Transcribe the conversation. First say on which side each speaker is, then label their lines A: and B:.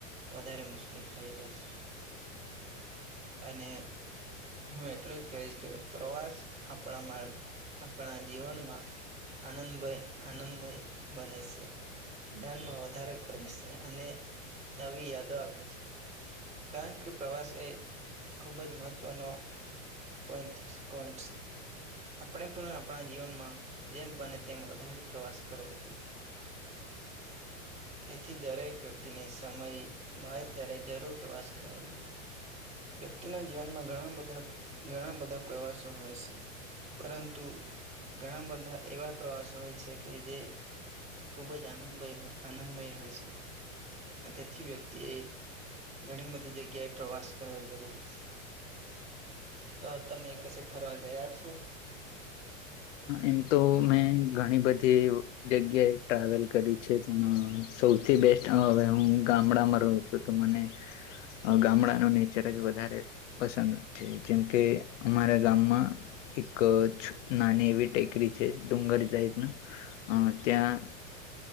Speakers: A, on the right (about 15°); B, on the left (about 60°).
A: વધારે મુશ્કિલ થઈ જાય છે, અને હું એટલું જ કહીશ કે, પ્રવાસ આપણામાં આપણા જીવનમાં આનંદભાય આનંદમય બને સે. જ્ઞાનમાં વધારો કરે સે, અને નવી યાદો આપે છે. કારણ કે પ્રવાસ એ ખૂબ જ મહત્ત્વનો <unintelligible> આપણે પણ આપણા જીવનમાં જેમ બને તેમ વધારે પ્રવાસ કરવો જુય તેથી દરેક વ્યક્તિની સમય મળે ત્યારે જરૂર પ્રવાસ કરવો જોઈએ. વ્યક્તિના જીવનમાં ઘણાબધા ઘણા બધા પ્રવાસો હોય સે. પરંતુ ઘણા બધા એવા પ્રવાસો હોય છે કે જે ખુબ જ આનંદભય આનંદમય હોય સે તેથી વ્યક્તિ એ ઘણી બધી જગ્યાએ પ્રવાસ કરવા જરૂરી સે તો તમે કશે ફરવા ગયા છો?
B: એમ તો મેં ઘણી બધી ઓ. જગ્યાએ ટ્રાવેલ કરી છે પણ સૌથી બેસ્ટ હવે હું ગામડામાં રહું છું તો મને ગામડાનું નેચર જ વધારે પસંદ છે જેમકે અમારા ગામમાં એક છો નાની એવી એવી ટેકરી છે ડુંગર ટાઈપના અ ત્યાં